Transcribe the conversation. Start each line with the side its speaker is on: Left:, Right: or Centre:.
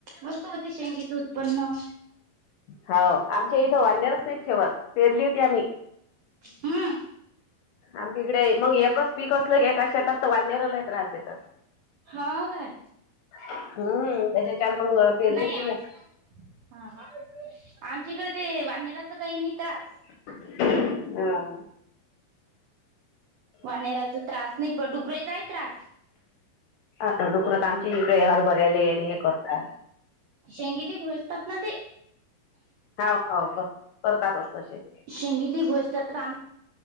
Right: मस्त होती शेंगीच उत्पन्न.
Left: होा आमच्या इथं वाांण्यारच, नाहीच ठेवत पेरली होती आम्ही.
Right: हा
Left: आमच्या इकडे मग एकच पीक असलं की एका शेतात तर वांनर लई त्रास देतात.
Right: हाव काय?
Left: हम्म त्याच्या न मग पेरलीच
Right: नाही आमच्या
Left: <unintelligible>
Right: हा हा आमच्या इकडे ते वानेराच काही नाही त्रास.
Left: ह.
Right: वनेराचा त्रास नाही प डुकरायचा आहे त्रास.
Left: ह <unintelligible> दुखत आमची इकडे हरबरले आणि हे करतात.
Right: शेंगिली घोजतात ना ते!
Left: हो हो हो करतातच तसे.
Right: शेंगिली घोज आम